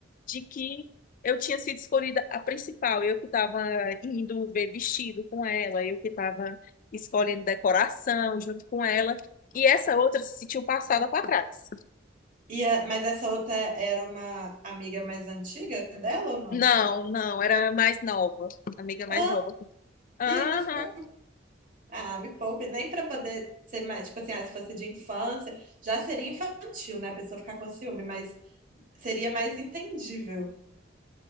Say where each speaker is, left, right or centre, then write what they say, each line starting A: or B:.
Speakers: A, on the left; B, on the right.
A: de que eu tinha sido escolhida a principal, eu que estava indo ver vestido com ela, eu que estava escolhendo decoração junto com ela. E essa outra se sentiu passada para trás.
B: E a- mas essa outra era uma amiga mais antiga dela ou não?
A: Não, não, era a mais nova, a amiga mais
B: Ah,
A: nova. Aham,
B: e ainda ficou. Ah, me poupe, nem para poder ser mais, tipo assim, ah, se fosse de infância, já seria infantil, né, a pessoa ficar com ciúme, mas seria mais entendível.